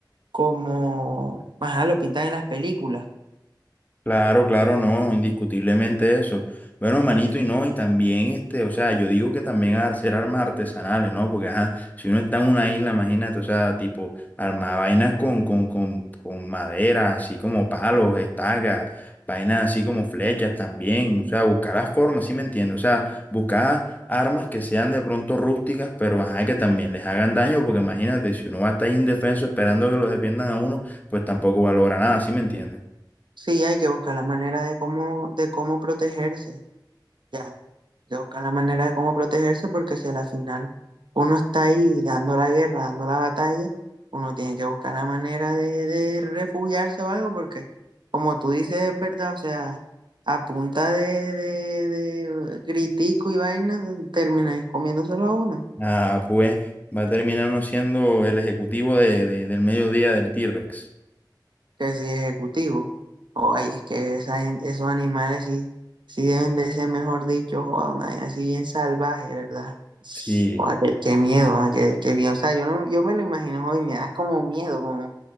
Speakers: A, on the right; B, on the left.
A: como, ajá, lo pintan en las películas.
B: Claro, claro, no, indiscutiblemente eso. Bueno, manito, y no, y también este, o sea, yo digo que también hacer armas artesanales, ¿no? Porque, ajá, si uno está en una isla, imagínate, o sea, tipo, armar vainas con, con, con, con madera, así como palos, estacas, vainas así como flechas también, o sea, buscar las formas, ¿sí me entiendes? O sea, buscar armas que sean de pronto rústicas, pero, ajá, que también les hagan daño, porque imagínate, si uno va a estar indefenso esperando que lo defiendan a uno, pues tampoco valora nada, ¿sí me entiendes?
A: Sí, hay que buscar la manera de cómo, de cómo protegerse, ya. Hay que buscar la manera de cómo protegerse porque si a la final uno está ahí dando la guerra, dando la batalla, uno tiene que buscar la manera de, de refugiarse o algo porque, como tú dices, es verdad, o sea, a punta de, de, de gritico y vaina, terminas comiéndoselo a uno.
B: Ah, pues va a terminar uno siendo el ejecutivo de, de- del mediodía del T-Rex.
A: que si ejecutivo. O ay, es que esa gen- esos animales sí, sí deben de ser, mejor dicho, joda, una vaina así bien salvaje, ¿verdad?
B: Sí,
A: Joda, qué, qué miedo, ah, qué, qué miedo. O sea, yo no, yo me lo imagino hoy, me da como miedo, como